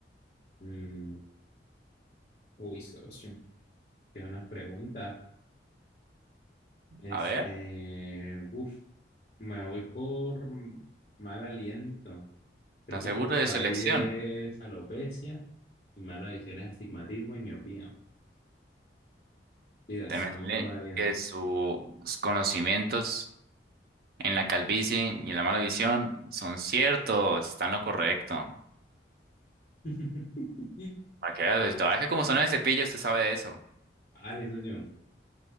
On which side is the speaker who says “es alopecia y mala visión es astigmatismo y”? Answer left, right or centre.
Left